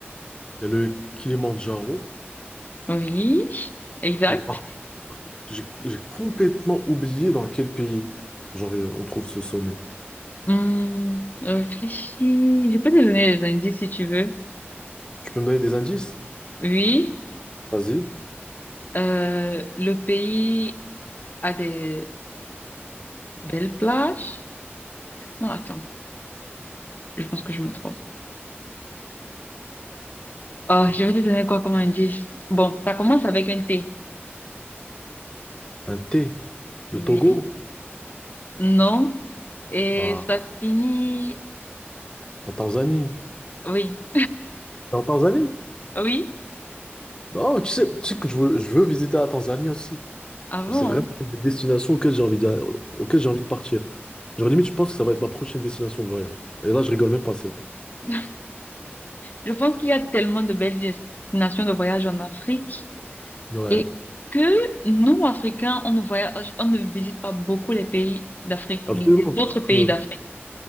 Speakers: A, on the left; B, on the left.
A: il y a le Kilimandjaro.
B: Oui. Exact.
A: Mais par- J'ai j'ai complètement oublié dans quel pays genre, euh, on trouve ce sommet.
B: Hum, réfléchis. Je peux te donner des indices si tu veux.
A: Tu peux me donner des indices?
B: Oui.
A: Vas-y.
B: Euh, le pays a des belles plages. Non, attends. Je pense que je me trompe. Oh,
A: Parfait.
B: je vais te donner quoi comme indice? Bon, ça commence avec un T.
A: Un thé. Le
B: Oui.
A: Togo.
B: Non. Et
A: Voilà.
B: ça finit.
A: La Tanzanie.
B: Oui.
A: T'es En Tanzanie?
B: Oui,
A: Non, tu sais, tu sais que je veux, je veux visiter la Tanzanie aussi.
B: avant.
A: Genre, C'est vraiment une destination auxquelles j'ai envie d'a- auquel j'ai envie de partir. Genre, limite, je pense que ça va être ma prochaine destination de voyage. Et là, je rigole même pas, c'est vrai.
B: <laughs> Je pense qu'il y a tellement de belles destinations de voyage en Afrique
A: Ouais,
B: et que nous, Africains, on ne voyage, on ne visite pas beaucoup les pays d'Afrique,
A: absolument.
B: les autres
A: Parce
B: pays
A: que-
B: d'Afrique.